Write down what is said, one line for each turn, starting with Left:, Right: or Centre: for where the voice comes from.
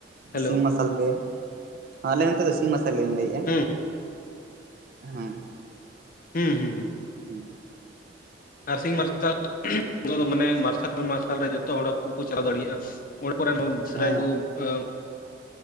Left: ᱦᱮᱞᱳ
Right: ᱥᱤᱧ ᱢᱟᱨᱥᱟᱞ ᱜᱮ ᱟᱞᱮ ᱱᱛᱮ ᱫᱚ ᱥᱤᱧ ᱢᱟᱨᱥᱟᱞ ᱜᱮᱧ ᱞᱟᱹᱭ ᱠᱮᱜ-ᱟ
Left: ᱦᱩᱸ
Right: ᱦᱮᱸ
Left: ᱦᱩᱸ ᱦᱩᱸ ᱦᱩᱸ
Right: ᱦᱩᱸ
Left: ᱟᱨᱥᱤᱝ ᱢᱟᱨᱥᱟᱞ <unintelligible> ᱢᱟᱱᱮ ᱢᱟᱨᱥᱟᱞ ᱢᱟᱨᱥᱟᱞ ᱨᱮ ᱡᱚᱛᱚ ᱦᱚᱲ ᱠᱚᱠᱚ ᱪᱟᱞᱟᱣ ᱫᱟᱲᱤᱭᱟᱜ-ᱟ᱾ ᱦᱚᱲ ᱠᱚᱨᱮᱱ <unintelligible> ᱵᱮᱥᱨᱟ
Right: ᱦᱮᱸ
Left: ᱠᱩ ᱟ